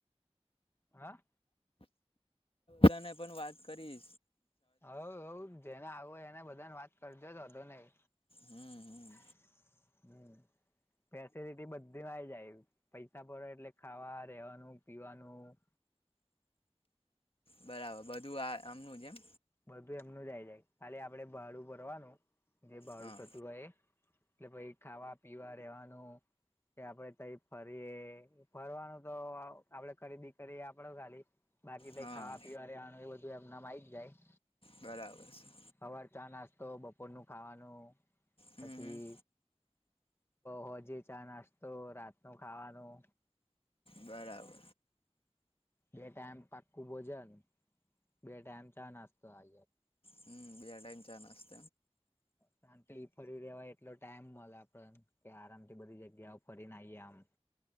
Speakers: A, on the left; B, on the left.
A: હા
B: દા ને પણ વાત કરયે
A: હ હ જેને આવું હોય એને બધાને વાત કરજો વાધો નઈ
B: હમ
A: <unintelligible> ફેસિલિટી બધીમાં આવી જાય પૈસા પડે એટલે ખાવા રેવાનું પીવાનું
B: બરાબ બધું આ એમનું જ એમ
A: બધું એમનું જ આવી જાય ખાલી આપડે ભાડું ભરવાનું જે ભાડું
B: હા
A: થતું હોય એ કે ભઈ ખાવા પીવા રેવાનું કે આપડે તઈ ફરીએ ફરવાનું તો આપડે ખરીદી કરીએ આપડે ખાલી બાકી તો
B: હા
A: ખાવા પીવા પીવાનું આનું બધું એમનામાં આવી જ જાય
B: બરાબર છે.
A: હવાર ચા નાસ્તો બપોરનું ખાવાનું પછી
B: હમ હમ
A: હોજે ચા નાસ્તો રાતનો ખાવાનું
B: બરાબર.
A: બે ટાઈમ પાકું ભોજન બે ટાઈમ ચા નસ્તો આ
B: હમ બે ટાઈમ ચા નાસ્ત
A: શાંતિ ફરી લેવાય એટલો ટાઈમ મળે આપડેને કે આરામથી બધી જગ્યાઓ ફરીને આવીએ આમ